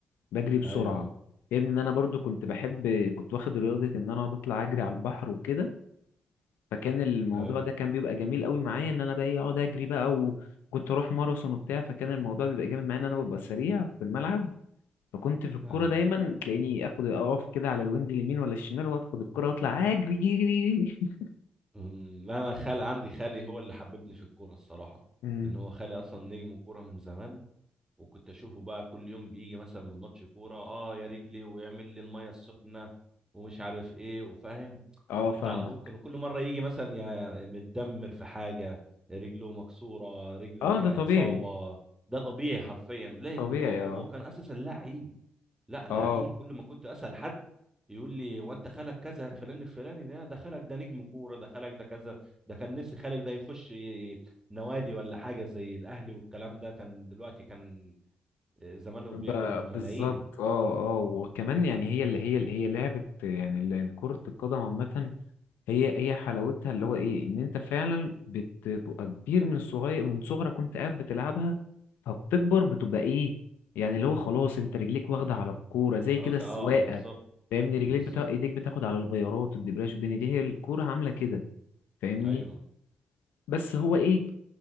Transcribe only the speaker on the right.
ايوه
ايوه
ايوه
أمم، لا انا خال عندي خالي هو اللي حببني في الكوره الصراحه
ان هو خالي اصلا نجم كوره من زمان وكنت اشوفه بقى كل يوم بيجي مثلا من ماتش كوره اه يا رجلي ويعمل لي الميه السخنه ومش عارف ايه وفاهم
وكنت
على طول كان كل مره يجي مثلا يا متدمر في حاجه رجله مكسوره رجله
فيها
اصابه ده طبيعي حرفيا ليه
لان هو وهو
كان اساسا لعيب لا لعيب
كل ما كنت اسال حد يقول لي هو انت خالك كذا فلان الفلاني ده ده خالك ده نجم كوره ده خالك ده كذا ده كان نفسي خالك ده يخش ي- نوادي ولا حاجه زي الاهلي والكلام ده كان دلوقتي كان زمانه
بيقبض بالملايين
خلاص
اه بالظبط
بالظبط
ايوه